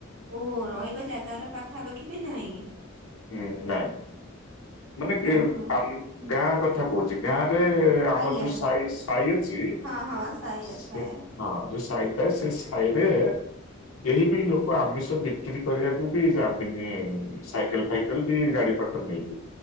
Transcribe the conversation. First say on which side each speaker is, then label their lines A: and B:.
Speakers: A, on the right; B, on the left.
A: ଓହ ରହିବା ଜାଗାର ପାଖାପାଖି ବି ନାହିଁ।
B: ହୁଁ ନାଇଁ ମାନେ ଗାଁ
A: ଓହୋ
B: କଥ କଥା କହୁଛି ଗାଁ ରେ ଆମର
A: ଆଜ୍ଞା।
B: ଯୋଉ ସାହି ସାହି ଅଛି
A: ହଁ ହଁ ସେଇଆ
B: ସେ
A: ଥାଏ।
B: ହଁ ଯୋଉ ସାହିଥାଏ ସେ ସାହିରେ କେହି ବି ଲୋକ ଆମିଷ ବିକ୍ରି କରିବାକୁ ବି ଯାବିନି ସାଇକେଲ ଫାଇକେଲ କି ଗାଡି ପଟର ନେଇକି।